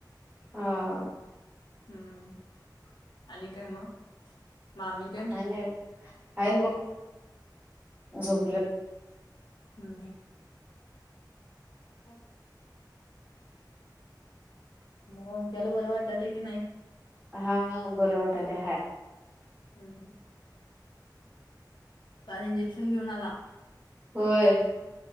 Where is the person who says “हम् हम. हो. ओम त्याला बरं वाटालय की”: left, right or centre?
Left